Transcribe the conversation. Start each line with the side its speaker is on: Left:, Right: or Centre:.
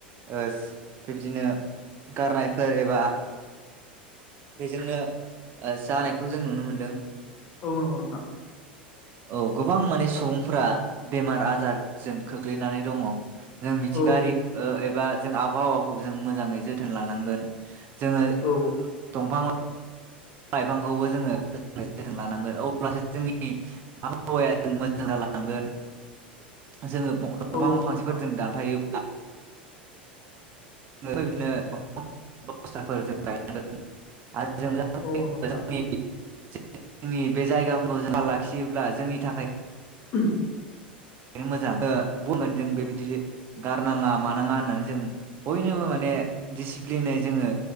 Right: ओस बिबदिनो गारनायफोर एबा बेजोंनो ओ जानायखौ जों नुनो मोनदों।
Left: औ नंगौ नोंथां
Right: औ गोबां माने सुबुंफोरा बेमार आजारजों खोख्लैनानै दङ' जों मिथिंगायारि
Left: औ
Right: ओ एबा जों आबहावाखौ जों मोजाङै जोथोन लानांगोन जोङो
Left: औ
Right: दंफां लाइफांखौबो जोङो <unintelligible> लानांगोन अब्लासो जोंनि आबहावाया मोजां जालां गोन। जोङो <unintelligible>
Left: औ नंगौ
Right: फांसेफोरजों
Left: नोंथां
Right: दानफायो <unintelligible> जोंनि
Left: औ नंगौ नोंथां।
Right: <unintelligible> बे जायगाफोराव जों लाखियोब्ला जोंनि थाखाय
Left: <unintelligible>
Right: बे मोजां ओ बुंगोन जों बेबायदि गा गारनाङा मानाङा होननानै जों बयनोबो माने दिसिप्लिनै जोङो